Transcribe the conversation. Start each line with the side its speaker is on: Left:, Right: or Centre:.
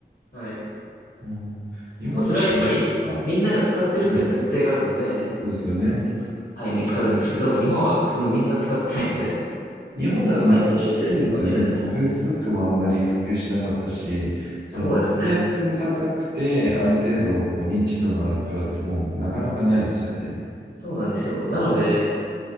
Left: はい。
Right: うん、日本、
Left: でもそれはやっぱりみんなが使ってるっていうの前提があるので、
Right: は、はい。そうですよね。
Left: 見つ、はい、見つかるんですけど、日本はそのみんな使ってないので、
Right: 日本だとなかなかないですよね。
Left: あまり適してるわけじゃないですね。
Right: その Facebook もあんまり普及しなかったし、その透明性の高くて、
Left: そうですね。
Right: ある程度こう認知度のあるプラットフォームってなかなかないですよね。
Left: そうなんですよ。なので、